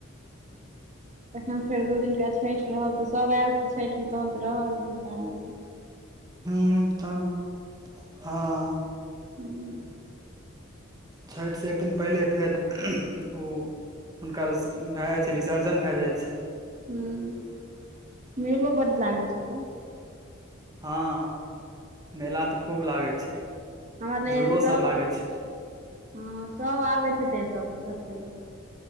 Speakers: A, on the right (about 35°); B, on the right (about 20°).
A: तखन फेर दू दिनका छइठ रहल तऽ सभ आयल तऽ छठिमे तुरन्त रहल बहुत आदमी सभ
B: हू तहन हँ
A: हुँ
B: छाइठ से एक दिन पहिले फेर ओ हुनकर भए जाइ छै विसर्जन भए जाइ छै
A: हू मेलो बड लागै छै तऽ
B: हँ मेला तऽ खूब लागै छै
A: हमलगे
B: झूलो
A: यऽ सब
B: लागै छै
A: हँ सब आबैत हेते एतऽ देखय लए